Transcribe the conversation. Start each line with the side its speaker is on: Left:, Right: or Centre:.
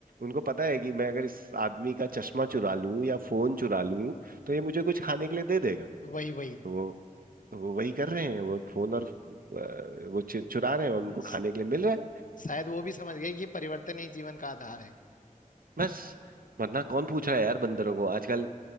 Right: उनको पता है कि मैं अगर इस आदमी का चश्मा चुरा लूं या फोन चुरा लूं तो ये मुझे कुछ खाने के लिए दे देगा
Left: वही वही
Right: तो वो तो वो वही कर रहे हैं वो फोन और अ, वो चु- चुरा रहे हैं और उनको खाने
Left: स-
Right: के लिए मिल रहा है
Left: शायद वो भी समझ गए कि परिवर्तन ही जीवन का आधार है
Right: बस वरना कौन पूछ रहा है यार बंदरों को आजकल